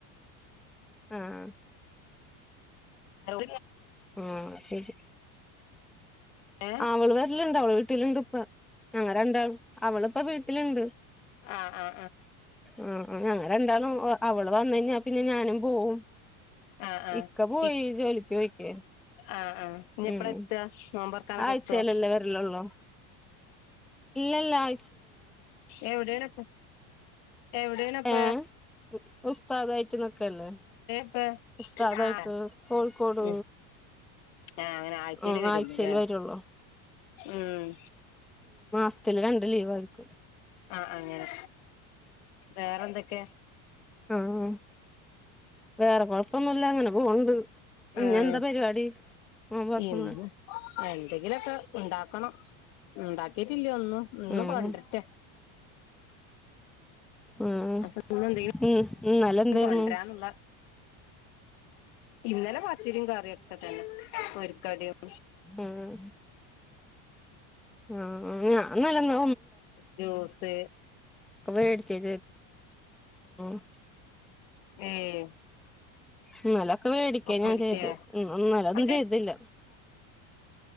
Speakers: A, in the centre; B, on the left.
A: ആഹ്
B: ഹലോ
A: ആഹ് ശരി
B: ഏഹ്
A: അവള് വരിലുണ്ട് അവള് വീട്ടിലുണ്ട് ഇപ്പ ഞങ്ങ രണ്ടാളു അവളിപ്പ വീട്ടിലുണ്ട്
B: ആഹ ആ
A: ആ ഞങ്ങ രണ്ടാളും അവള് വന്നഴഞ്ഞ പിന്നെ ഞാനും പോവും
B: ആഹ് ആഹ്
A: ഇക്ക പോയി
B: ഇ
A: ജോലിക്ക് പോയിക്ക
B: ആഹ് ആഹ് ഇഞ്ഞ്
A: ഉം
B: എപ്പളാ എത്താ നോമ്പൊറക്കാനൊക്കെ
A: ആഴിച്ചയില്ലല്ലോ
B: എത്തോ
A: അല്ലെ വരല്ലള്ളോ ഇല്ലല്ല ആ
B: എവിടെണപ്പ എവിടെണ അപ്പ
A: ഏഹ് ഉസ്താദായിട്ട് നിക്കല്ലേ
B: അപ്പ
A: ഉസ്താദായിട്ട്
B: ആഹ
A: കോഴിക്കോട്
B: ഉ ആഹ അങ്ങനെ ആഴ്ചയിൽ
A: ഉം
B: അല്ലെ വരുള്ളൂല്ലേ
A: ആഴ്ചയിൽ വരുള്ളൂ
B: ഉം
A: ത്തില് രണ്ട് ലീവ് ആയിരിക്കും
B: ആഹ അങ്ങനെ വേറെന്തൊക്കെയ
A: ആഹ് വേറെ കൊഴപ്പൊന്നുമല്ല അങ്ങനെ പോവണ്ട് പിന്നെ
B: ഉം
A: എന്താ പരിപാടി നോമ്പൊറക്കുമ്പ
B: ഇന്ന് എന്തെങ്കിലുംക്കെ ഉണ്ടാക്കണം ഉണ്ട ഉണ്ടാക്കീട്ടില്ല ഒന്നും ഇന്ന്
A: ഉം
B: കൊണ്ടിട്ട
A: ഉം
B: അപ്പ <unintelligible>
A: ഉം ഇന്നലെന്തേരുന്നു
B: കൊണ്ടരന്നുള്ള ഇന്നലെ പത്തിരിയും കറിയൊക്കെ തന്നെ പോരിക്കടിയും
A: ആഹ ആ ഞാൻ അങ്ങനെ
B: ജൂസ്
A: ഒക്കെ വെടി <unintelligible>
B: ഉം
A: ഇന്നലൊക്കെ മേടിക്കാ
B: ഒക്കടക്ക
A: ഞാൻ ചെയ്ത് ഇന്നലെ ഒന്നും
B: എ
A: ചെയ്തില്ല